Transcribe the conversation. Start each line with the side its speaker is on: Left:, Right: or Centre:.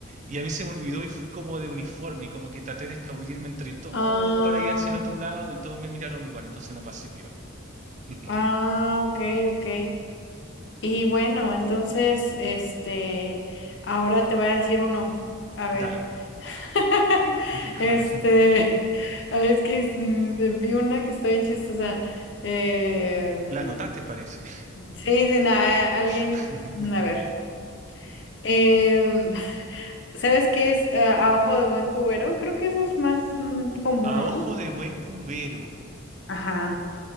Right: y a mí se me olvidó y fui como de uniforme, y como que traté de escabullirme entre todos
Left: Ah,
Right: para ir hacia el otro lado y todos me miraron igual, entonces no pasé piola. <laughs>
Left: ah, ok, ok. Y bueno, entonces, este, ahora te voy a decir uno. A ver.
Right: Dale,
Left: <laughs>
Right: <laughs>
Left: Este,
Right: ¿cuál?
Left: ay, es que es- mm, vi una que está bien chistosa. Eh,
Right: La notaste parece.
Left: mm, sí, sí, na- alguien,
Right: <laughs>
Left: mm, a ver. Em, <laughs> ¿sabes qué es eh, a ojo de buen cubero? Creo que eso es más mm, común,
Right: A
Left: ¿no?
Right: ojo de buen cubero.
Left: Ajá.